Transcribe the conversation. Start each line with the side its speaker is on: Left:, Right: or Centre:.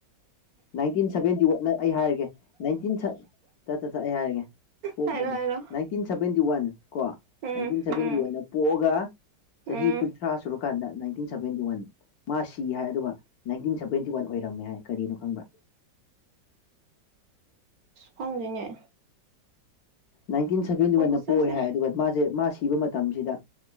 Left: ꯅꯥꯏꯟꯇꯤꯟ ꯁꯚꯦꯟꯇꯤ ꯋꯥꯠꯅ ꯑꯩ ꯍꯥꯏꯔꯒꯦ ꯏꯇꯤꯟ ꯑꯩ ꯍꯥꯏꯔꯒꯦ ꯄꯣꯛꯅꯗꯦ
Right: ꯍꯥꯏꯔꯣ ꯍꯥꯏꯔꯣ
Left: ꯅꯥꯏꯟꯇꯤꯟ ꯁꯚꯦꯟꯇꯤ ꯋꯥꯟ ꯀꯣ
Right: ꯎꯝ
Left: ꯅꯥꯏꯟꯇꯤꯟ ꯁꯚꯦꯟꯇꯤ
Right: ꯎꯝ
Left: ꯋꯥꯟꯗ ꯄꯣꯛꯑꯒ ꯆꯍꯤ
Right: ꯎꯝ
Left: ꯀꯨꯟꯊ꯭ꯔꯥ ꯁꯨꯔꯀꯥꯟꯗ ꯅꯥꯏꯟꯇꯤꯟ ꯁꯚꯦꯟꯇꯤ ꯋꯥꯟ ꯃꯥ ꯁꯤ ꯍꯥꯏ ꯑꯗꯨꯒ ꯅꯥꯏꯟꯇꯤꯟ ꯁꯚꯦꯟꯇꯤ ꯋꯥꯟ ꯑꯣꯏꯔꯝꯃꯦ ꯍꯥꯏ ꯀꯔꯤꯅꯣ ꯐꯪꯕ
Right: ꯐꯪꯗꯅꯦ
Left: ꯅꯥꯏꯟꯇꯤꯟ ꯁꯚꯦꯟꯇꯤ ꯋꯥꯟꯗ
Right: ꯈꯨꯠꯁꯦ
Left: ꯄꯣꯛꯦ ꯍꯥꯏ ꯑꯗꯨꯒ ꯃꯥꯁꯦ ꯃꯥ ꯁꯤꯕ ꯃꯇꯝꯁꯤꯗ